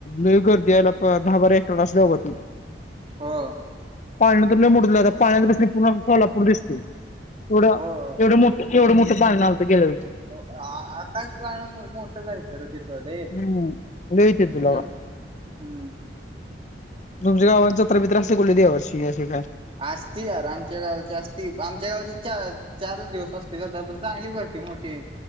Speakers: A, on the left; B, on the right.
A: लय गर्दी आहे लेका दहा बारा एकर असल्या <unintelligible>
B: हो
A: पाळणा तर लई मोठा आहे लेका पाळण्यात बसलं की पूर्ण कोल्हापूर दिसते. एवढं
B: हो
A: एवढं मोठ एवढं मोठं पाळणा होतं की केल्यावरती.
B: हो आकाश पाळणा मोठाच आहे का र तिथ लय आहेत,
A: हम्म लय येते तुला
B: हम्म
A: बा
B: हम्म
A: तुमच्या गावात जत्रा बीत्रा असते कुठल्या देवाची अशी काय?
B: आरी यार आमच्या गावाची असती आमच्या गावची चार चारच दिवस असते दादा पण चांगली भरती मोठी.